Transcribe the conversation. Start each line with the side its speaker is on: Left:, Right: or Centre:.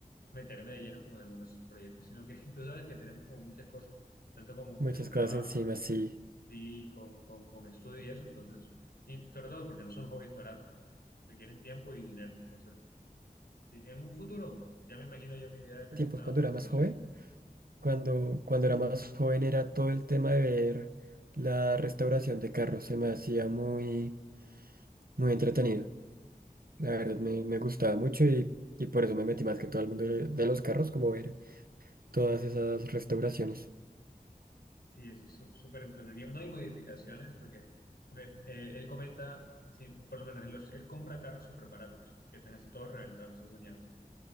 Left: meterme de lleno como en algunos proyectos, sino que <laughs> tú sabes que tenemos como muchas cosas, tanto como con
Right: muchas
Left: el trabajo,
Right: cosas encima, sí.
Left: sí, con, con, con estudio y eso, entonces, y sobre todo porque no son hobbies baratos, requieren tiempo y dinero. Entonces, sí, en un futuro, ya me imagino yo mi vida de pensionado,
Right: Tiempos cuando era
Left: pues
Right: más
Left: no sé,
Right: joven. Cuando, cuando era más joven era todo el tema de ver la restauración de carros. Se me hacía muy, muy entretenido. La verdad me, me gustaba mucho y, y por eso me metí más que todo el mundo de, de los carros, como ver todas esas restauraciones.
Left: sí, eso es sú- súper entretenido. No hay modificaciones porque ven, eh, él comenta, sí, por lo menos él, los- él compra carros súper baratos, que están así todos reventados, todos dañados.